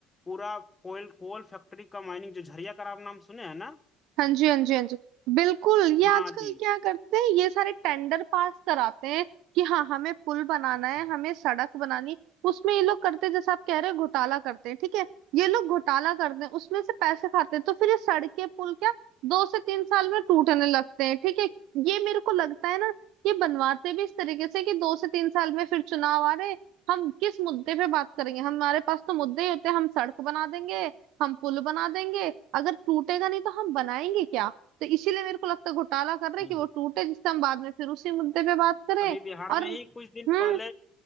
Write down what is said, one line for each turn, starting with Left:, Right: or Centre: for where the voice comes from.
Left: पूरा कोयल कोल फैक्ट्री का माइनिंग जो झरिया का आप नाम सुने हैं ना
Right: हाँ जी हाँ जी हाँ जी बिल्कुल ये
Left: हाँ
Right: आजकल
Left: जी
Right: क्या करते हैं ये सारे टेंडर पास कराते हैं कि हाँ हमें पुल बनाना
Left: जी
Right: है हमें सड़क बनानी है उसमें ये लोग करते हैं जैसे आप कह रहे हो घोटाला करते हैं ठीक है ये लोग घोटाला करते हैं उसमें से पैसे खाते हैं तो फिर ये सड़कें पुल क्या दो से तीन साल में टूटने लगते हैं ठीक है ये मेरे को लगता है ना ये बनवाते भी इस तरीके से कि दो से तीन साल में फिर चुनाव आ रहे हैं, हम किस मुद्दे पे बात करेंगे हमारे पास तो मुद्दे ही होते हैं हम सड़क बना देंगे हम पुल बना देंगे अगर टूटेगा नहीं तो हम बनाएंगे क्या तो इसीलिए मेरे को लगता है घोटाला कर रहे
Left: जी
Right: हैं कि वो टूटे जिससे हम बाद में फिर उसी मुद्दे पे बात करें
Left: अभी बिहार
Right: और
Left: में ही कुछ दिन
Right: हम्म
Left: पहले